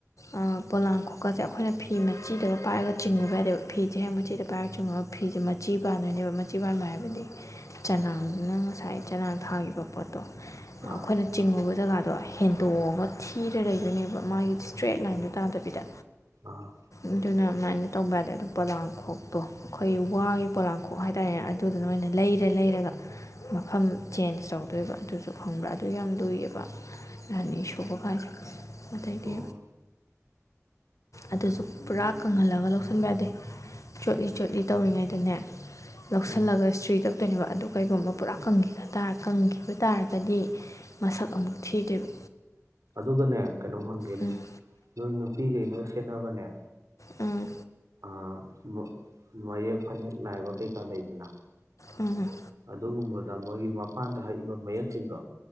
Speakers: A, on the left; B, on the right.
A: ꯑ ꯄꯣꯂꯥꯡ ꯈꯣꯛꯀꯥꯁꯦ ꯑꯩꯈꯣꯏꯅ ꯐꯤ ꯃꯆꯤꯗꯒ ꯄꯥꯏꯔꯒ ꯆꯤꯡꯉꯨꯕ ꯌꯥꯏꯗꯦꯕ ꯐꯤꯁꯦ ꯍꯦꯛ ꯃꯆꯤꯗ ꯄꯥꯏꯔꯒ ꯆꯤꯡꯉꯨꯕ ꯐꯤꯁꯦ ꯃꯆꯤ ꯄꯥꯟꯗꯣꯏꯅꯦꯕ ꯃꯆꯤ ꯄꯥꯟꯕ ꯍꯥꯏꯕꯗꯤ ꯆꯅꯥꯡꯗꯨꯅ ꯉꯁꯥꯏ ꯆꯅꯥꯥꯡ ꯊꯥꯒꯤꯕ ꯄꯣꯠꯇꯣ
B: ꯑꯥ
A: ꯑꯩꯈꯣꯏꯅ ꯆꯤꯡꯉꯨꯕ ꯖꯒꯥꯗꯣ ꯍꯦꯟꯗꯣꯛꯑꯒ ꯊꯤꯔ ꯂꯩꯗꯣꯏꯅꯦꯕ ꯃꯥꯒꯤ ꯏꯁꯇ꯭ꯔꯦꯠ ꯂꯥꯏꯟꯗꯣ ꯇꯥꯗꯕꯤꯗ
B: ꯑꯥ
A: ꯑꯗꯨꯅ ꯃꯅꯤ ꯇꯧꯕ ꯌꯥꯗꯦ ꯑꯗꯨ ꯄꯣꯂꯥꯡꯈꯣꯛꯇꯣ ꯑꯈꯣꯏꯒꯤ ꯋꯥꯒꯤ ꯄꯣꯂꯥꯡꯈꯣꯛ ꯍꯥꯏꯇꯥꯔꯦꯅꯦ ꯑꯗꯨꯗꯨꯅ ꯑꯣꯏꯅ ꯂꯩꯔ ꯂꯩꯔꯒ ꯃꯐꯝ ꯆꯦꯟꯖ ꯇꯧꯗꯣꯏꯕ ꯑꯗꯨꯁꯨ ꯈꯪꯕ꯭ꯔꯥ ꯑꯗꯨ ꯌꯥꯝ ꯂꯨꯏꯌꯦꯕ ꯔꯥꯅꯤ ꯁꯨꯕꯒꯥꯏꯖꯦ ꯑꯗꯩꯗꯤ
B: ꯑꯣ
A: ꯑꯗꯨꯁꯨ ꯄꯨꯔꯥ ꯀꯪꯍꯜꯂꯒ ꯂꯧꯁꯟꯕ ꯌꯥꯗꯦ ꯆꯣꯠꯂꯤ ꯆꯣꯠꯂꯤ ꯇꯧꯔꯤꯉꯩꯗꯅꯦ ꯂꯧꯁꯜꯂꯒ
B: ꯎꯝ
A: ꯏꯁꯇ꯭ꯔꯤ ꯇꯛ ꯇꯣꯏꯅꯦꯕ ꯑꯗꯨ ꯀꯩꯒꯨꯝꯕ ꯄꯨꯔꯥ ꯀꯪꯒꯤꯒ ꯇ ꯀꯪꯒꯤꯕ ꯇꯥꯔꯒꯗꯤ ꯃꯁꯛ ꯑꯃꯨꯛ ꯊꯤꯗꯣꯏꯕ
B: ꯑꯗꯨꯒꯅꯦ ꯀꯩꯅꯣꯝ ꯍꯪꯒꯦꯅꯦ
A: ꯎꯝ
B: ꯅꯣꯏ ꯅꯨꯄꯤꯒꯩꯅ ꯁꯦꯠꯅꯕꯅꯦ
A: ꯎꯝ
B: ꯑ ꯃ ꯃꯌꯦꯛ ꯐꯅꯦꯛ ꯅꯥꯏꯕ ꯀꯩꯀꯥ ꯂꯩꯗꯅ
A: ꯎꯝ
B: ꯑꯗꯨꯒꯨꯝꯕꯗ ꯃꯣꯏꯒꯤ ꯃꯄꯥꯟꯗ ꯍꯛꯏꯕ ꯃꯌꯦꯛꯁꯤꯡꯗꯣ